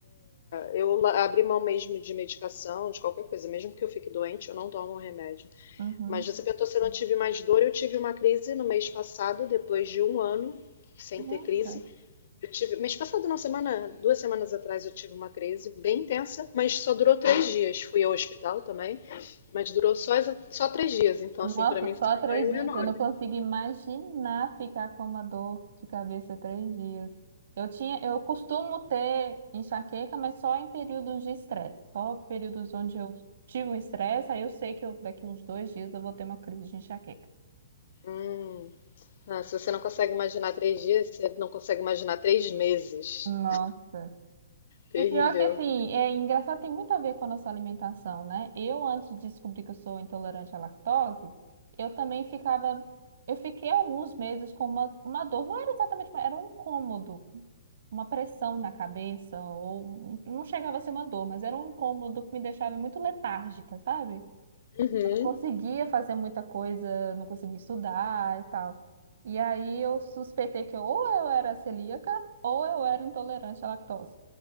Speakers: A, on the left; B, on the right.
A: Eu la- abri mão mesmo de medicação, de qualquer coisa. Mesmo que eu fique doente, eu não tomo remédio.
B: uhum.
A: Mas você perguntou se eu não tive mais dor. Eu tive uma crise no mês passado, depois de um ano sem
B: Nossa.
A: ter crise. Eu tive, mês passado, não, semana, duas semanas atrás eu tive uma crise bem intensa, mas só durou três dias. Fui ao hospital também, mas durou só, exa- só três dias. Então,
B: Nossa,
A: assim, pra mim foi
B: só
A: um
B: três
A: ganho
B: dias.
A: enorme.
B: Eu não consigo imaginar ficar com uma dor de cabeça três dias. Eu tinha, eu costumo ter enxaqueca, mas só em períodos de estresse. Só períodos onde eu tive um estresse, aí eu sei que eu, daqui uns dois dias eu vou ter uma crise de enxaqueca.
A: Hum. Ah, se você não consegue imaginar três dias, você não consegue imaginar três meses.
B: Nossa.
A: Terrível.
B: E pior que assim, é engraçado, tem muito a ver com a nossa alimentação, né? Eu, antes de descobrir que eu sou intolerante à lactose, eu também ficava. Eu fiquei alguns meses com uma, uma dor, não era exatamente, uma- era um incômodo, uma pressão na cabeça, ou um- não chegava a ser uma dor, mas era um incômodo que me deixava muito letárgica, sabe?
A: Uhum,
B: não conseguia fazer muita coisa, não conseguia estudar e tal. E aí eu suspeitei que ou eu era celíaca ou eu era intolerante à lactose.